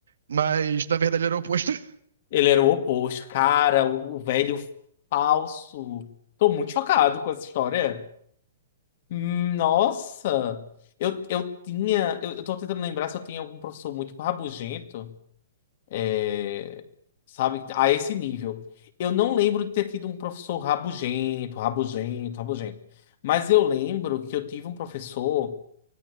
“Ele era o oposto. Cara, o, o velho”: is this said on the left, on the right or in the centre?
Left